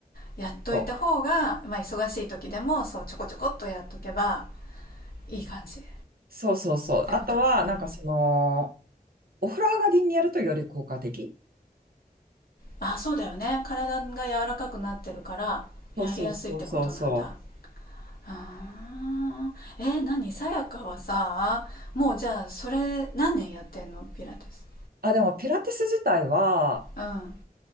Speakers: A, on the left; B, on the right.
A: やっといた方が、
B: そう
A: まあ、忙しい時でもそうちょこちょこっとやっとけばいい感じっ
B: そうそうそう。
A: てことうん
B: あとは、なんかその、お風呂上がりにやるとより効果的。
A: あそうだよね体が柔らかくなってるからやりやすいってことなんだ
B: そうそうそうそうそう。
A: あーえー、何さやかはさもうじゃあそれ何年やってんのピラティス
B: あ、でもピラティス自体は、
A: うん